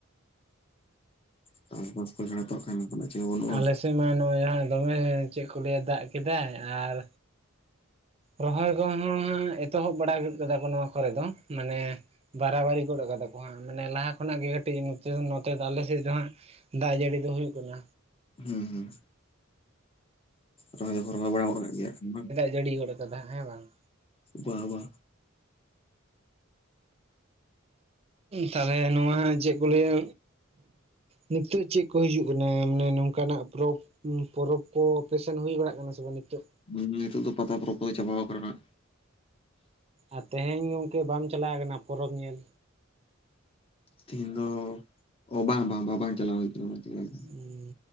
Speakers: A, on the left; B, on the right.
A: ᱪᱟᱥᱵᱟᱥ ᱠᱚ ᱡᱟᱦᱟᱸ ᱦᱤᱛᱚᱜ ᱠᱟᱹᱴᱤ ᱛᱮᱱᱟᱜ ᱪᱮᱫ ᱦᱚᱸ ᱵᱟᱹᱱᱩᱜᱼᱟ᱾
B: ᱟᱞᱮ ᱥᱮᱫ ᱢᱟ ᱱᱚᱜᱼᱚᱭ ᱡᱟᱦᱟᱸ ᱫᱚᱢᱮ ᱪᱮᱫ ᱠᱚ ᱞᱟᱹᱭᱟ ᱫᱟᱜ ᱠᱮᱫᱟᱭ, ᱟᱨ ᱨᱚᱦᱚᱭ ᱠᱚᱦᱚᱸ ᱦᱟᱸᱜ ᱮᱛᱚᱦᱚᱵ ᱵᱟᱲᱟ ᱠᱮᱫ ᱠᱟᱫᱟ ᱠᱚ ᱱᱚᱣᱟ ᱠᱚᱨᱮ ᱫᱚ, ᱢᱟᱱᱮ ᱵᱟᱨᱟᱵᱟᱨᱤ ᱜᱚᱫ ᱠᱟᱫᱟ ᱠᱚ ᱦᱟᱸ ᱢᱟᱱᱮ ᱞᱟᱦᱟ ᱠᱷᱚᱱᱟᱜ ᱜᱮ ᱠᱟᱹᱴᱤᱡ ᱱᱚᱛᱮ ᱫᱚ ᱟᱞᱮ ᱥᱮᱫ ᱫᱚ ᱦᱟᱸᱜ ᱫᱟᱜ ᱡᱟᱹᱲᱤ ᱫᱚ ᱦᱩᱭᱩᱜ ᱠᱟᱱᱟ᱾
A: ᱦᱩᱸ ᱦᱩᱸ, ᱨᱚᱦᱚᱭ ᱫᱚᱠᱚ ᱨᱚᱦᱚᱭ ᱵᱟᱲᱟ ᱜᱚᱫ ᱟᱠᱟᱫ ᱜᱮᱭᱟ ᱵᱟᱝ?
B: ᱜᱟᱹᱰᱤ ᱜᱚᱫ ᱠᱟᱫᱟ ᱦᱮᱸ ᱵᱟᱝ?
A: ᱵᱟ ᱵᱟ,
B: ᱛᱟᱦᱞᱮ ᱱᱚᱣᱟ ᱪᱮᱫ ᱠᱚ ᱞᱟᱹᱭᱟ? ᱱᱤᱛᱚᱜ ᱪᱮᱫ ᱠᱚ ᱦᱤᱡᱩᱜ ᱠᱟᱱᱟ ᱢᱟᱱᱮ ᱱᱚᱝᱠᱟᱱᱟᱜ ᱯᱚᱨᱚᱵᱽ? ᱩ ᱯᱚᱨᱚᱵᱽ ᱠᱚ ᱚᱯᱮᱥᱮᱱ ᱦᱩᱭ ᱵᱟᱲᱟᱜ ᱠᱟᱱᱟ ᱥᱮ ᱵᱟᱝ ᱱᱤᱛᱚᱜ?
A: ᱱᱤᱛᱚᱜ ᱫᱚ ᱯᱟᱛᱟ ᱯᱚᱨᱚᱵᱽ ᱠᱚ ᱪᱟᱵᱟᱣ ᱠᱟᱱᱟ ᱱᱟᱦᱟᱜ᱾
B: ᱟᱨ ᱛᱮᱦᱮᱧ ᱜᱚᱝᱠᱮ ᱵᱟᱢ ᱪᱟᱞᱟᱣ ᱠᱟᱱᱟ ᱯᱚᱨᱚᱵᱽ ᱧᱮᱞ?
A: ᱛᱮᱦᱤᱧ ᱫᱚ ᱵᱟᱝ ᱵᱟᱝ ᱵᱟᱝ ᱵᱟᱝ ᱪᱟᱞᱟᱣ ᱦᱩᱭ ᱠᱟᱱᱟ ᱵᱟᱝ ᱪᱟᱞᱟᱣ ᱠᱟᱱᱟ
B: ᱦᱩᱸ